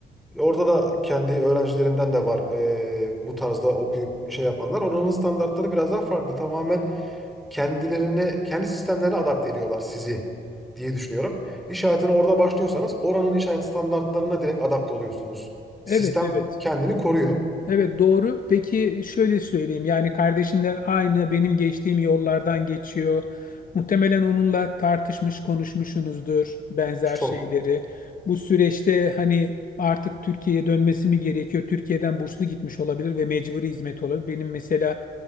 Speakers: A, in the centre; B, on the left.
A: Orada da kendi öğrencilerimden de var eee, bu tarzda okuyup şey yapanlar. Oranın standartları biraz daha farklı. Tamamen kendilerine, kendi sistemlerine adapte ediyorlar sizi diye düşünüyorum. İş hayatına orada başlıyorsanız oranın iş hayat standartlarına direkt adapte oluyorsunuz. Sistem
B: Evet, evet.
A: kendini koruyor
B: Evet doğru. Peki şöyle söyleyeyim. Yani kardeşin de aynı benim geçtiğim yollardan geçiyor. Muhtemelen onunla tartışmış, konuşmuşsunuzdur benzer
A: çok.
B: şeyleri. Bu süreçte hani artık Türkiye'ye dönmesi mi gerekiyor? Türkiye'den burslu gitmiş olabilir ve mecburi hizmet olabilir. Benim mesela